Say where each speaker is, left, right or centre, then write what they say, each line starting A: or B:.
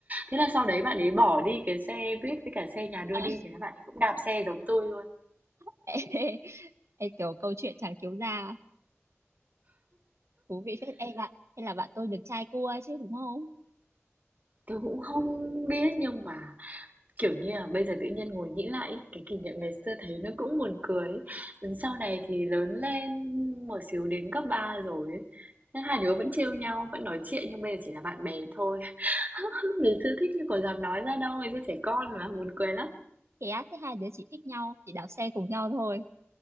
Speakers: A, on the right; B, on the right.
A: Thế là sau đấy bạn ấy bỏ đi cái xe buýt với cả xe nhà đưa
B: Ờ,
A: đi, thế là bạn ấy cũng đạp xe giống tôi luôn.
B: <laughs> ê, ê, ê, kiểu câu chuyện chả cứu gia thú vị phết ê bạn hay là bạn tôi được trai cua chứ đúng không
A: Tôi cũng không biết nhưng mà kiểu như là bây giờ tự nhiên ngồi nghĩ lại cái kỷ niệm ngày xưa thấy nó cũng buồn cười. ấy. Sau này thì lớn lên một xíu đến cấp 3 rồi ấy. hai đứa vẫn trêu nhau, vẫn nói chuyện nhưng bây giờ chỉ là bạn bè thôi. <laughs> Ngày xưa thích nhưng còn dám nói ra đâu, ngày xưa trẻ con mà buồn cười lắm.
B: thế á thế hai đứa chỉ thích nhau chỉ đạp xe cùng nhau thôi